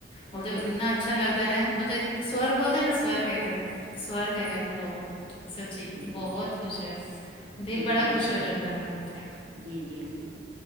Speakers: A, on the left (about 30°); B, on the right (about 75°).
A: ਬੋਲਦੇ ਏਨਾ ਅੱਛਾ ਲੱਗਦਾ ਨਾ ਮਤਲਬ ਸਵਰਗ ਬੋਲਦੇ ਨਾ ਸਵਰਗ ਹੈਗਾ। ਸਵਰਗ ਹੈਗਾ ਪੂਰਾ ਓ ਸੱਚੀ
B: ਜੀ।
A: ਬਹੋਤ ਕੁਛ ਐ। ਦਿਲ
B: ਹੂੰ,
A: ਬੜਾ ਖੁਸ਼ ਹੋ ਜਾਂਦਾ ਬੰਦੇ ਦਾ ਓਥੇ।
B: ਜੀ, ਜੀ, ਜੀ